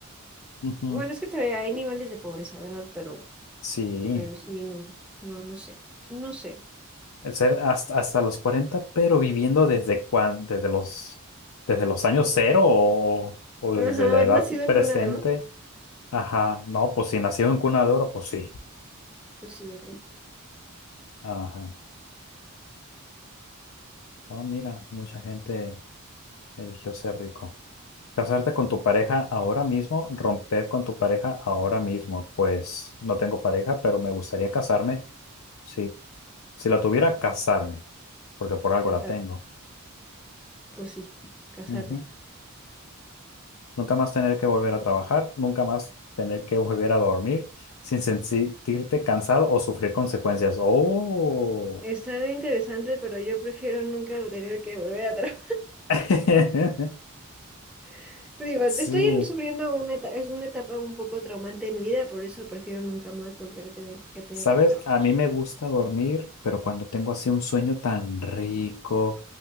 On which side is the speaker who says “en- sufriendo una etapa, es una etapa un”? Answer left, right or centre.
Centre